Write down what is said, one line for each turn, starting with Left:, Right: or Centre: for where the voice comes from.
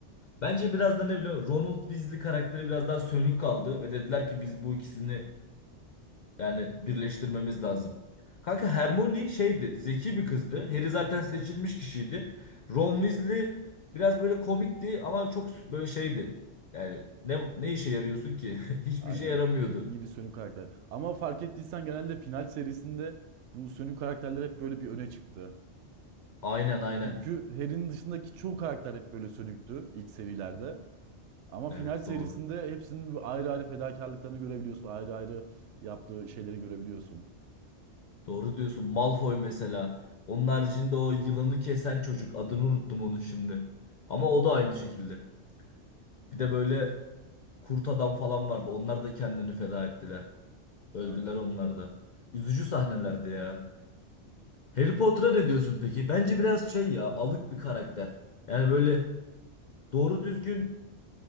Left: Bence biraz da ne biliyor musun? Ronald Weasley karakteri biraz daha sönük kaldı ve dediler ki biz bu ikisini yani birleştirmemiz lazım. Kanka Hermione şeydi, zeki bir kızdı. Harry zaten seçilmiş kişiydi. Ron Weasley biraz böyle komikti ama çok böyle şeydi. Yani ne ne işe yarıyorsun ki? <laughs> Hiçbir
Right: Aynen.
Left: şey yaramıyordu.
Right: Dediğin gibi sönük karakter. Ama fark ettiysen genelde final serisinde bu sönük karakterler hep böyle bir öne çıktı.
Left: Aynen aynen.
Right: Çünkü Harry'nin dışındaki çoğu karakter hep böyle sönüktü ilk serilerde. Ama
Left: Evet
Right: final serisinde
Left: doğru.
Right: hepsinin bir ayrı ayrı fedakarlıklarını görebiliyorsun. Ayrı ayrı yaptığı şeyleri görebiliyorsun.
Left: Doğru diyorsun. Malfoy mesela. Onun haricinde o yılanı kesen çocuk. Adını unuttum onun şimdi. Ama o da aynı şekilde. Bir de
Right: Evet,
Left: böyle kurt adam falan vardı. Onlar da kendini feda ettiler. Öldüler
Right: aynen.
Left: onlar da. Üzücü sahnelerdi ya. Harry Potter'a ne diyorsun peki? Bence biraz şey ya, alık bir karakter. Yani böyle doğru düzgün